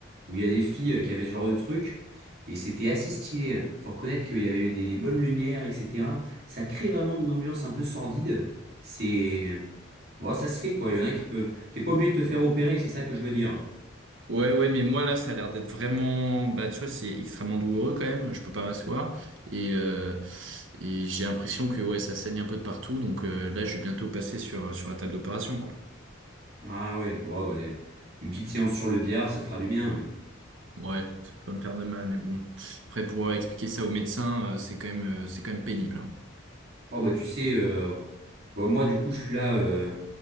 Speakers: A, on the right (about 50°); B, on the right (about 70°).
A: où il y a des filles euh, qui avaient ce genre de truc, et c'était assez stylé. Hein. Faut reconnaître qu'il y avait des, des bonnes lumières, etc. Ça crée vraiment une ambiance un peu sordide. C'est... Bon, ça se fait, quoi. Il y en a qui peuvent... T'es pas obligé de te faire opérer, c'est ça que je veux dire.
B: Ouais, ouais, mais moi là, ça a l'air d'être vraiment, bah, tu vois, c'est extrêmement douloureux quand même. Je peux pas m'asseoir et euh, et j'ai l'impression que ouais, ça saigne un peu de partout. Donc euh, là, je vais bientôt passer sur sur la table d'opération, quoi.
A: Ah ouais, bon, bah, une petite séance sur le billard, ça te fera du bien.
B: Ouais, ça peut pas me faire de mal, mais bon. Après, pouvoir expliquer ça au médecin, euh, c'est quand même euh, c'est quand même pénible. hein.
A: Oh bah tu sais, euh, bon, moi du coup je suis là, euh,